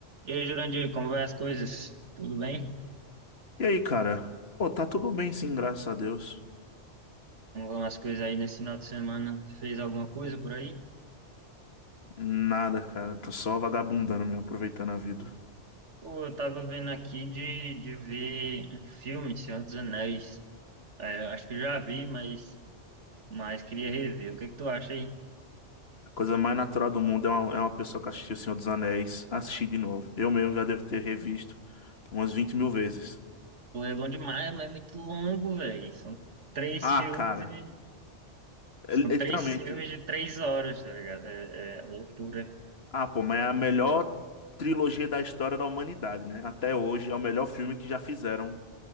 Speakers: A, on the right (about 75°); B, on the left (about 60°).
A: E aí, Jurandir, como vai as coisas? Tudo bem?
B: E aí, cara? Pô, tá tudo bem sim, graças a Deus.
A: Como vão as coisas aí nesse final de semana? Fez alguma coisa por aí?
B: Nada, cara. Tô só vagabundando mesmo, aproveitando a vida.
A: Pô, eu tava vendo aqui de, de ver um filme, Senhor dos Anéis. É, acho que já vi, mas, mas queria rever. O que é que tu acha aí?
B: A coisa mais natural do mundo é uma, é uma pessoa que assistiu O Senhor dos Anéis assistir de novo. Eu mesmo já devo ter revisto umas 20 mil vezes.
A: Pô, é bom demais, mas é muito longo, velho. São três
B: Ah,
A: filmes
B: cara.
A: e... São
B: É é
A: três
B: literalmente.
A: filmes de três horas, tá ligado? É, é loucura.
B: Ah, pô, mas é a melhor trilogia da história da humanidade, né? Até hoje é o melhor filme que já fizeram